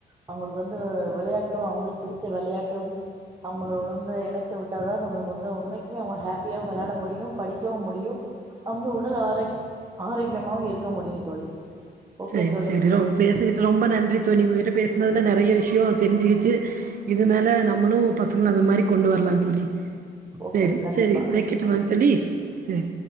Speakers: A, on the right; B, on the right.
A: அவங்களுக்கு வந்து விளையாட்டும் அவங்களுக்கு பிடிச்ச விளையாட்டும் அவங்க வந்து இணைத்து விட்டாதான் நம்மளுக்கு வந்து உண்மைக்குமே அவங்க ஹாப்பியாவு விளையாட முடியும் படிக்கவும் முடியும் அவங்க உடல் ஆரோக் ஆரோக்கியமாவு இருக்க முடியு தோழி ஓகே
B: செரி
A: தோழி
B: செரி அவுகட பேசுகிட்டு ரொம்ப நன்றி தோழி உங்ககிட்ட பேச துல நறைய விஷயம் தெரிஞ்சுக்கிச்சு இது மேல நம்மளும் பசங்களும் அந்த மாரி கொண்டு வரலா தோழி
A: ஓகே
B: செரி
A: கண்டிப்பா
B: செரி வைக்கட்டுமா தோழி செரி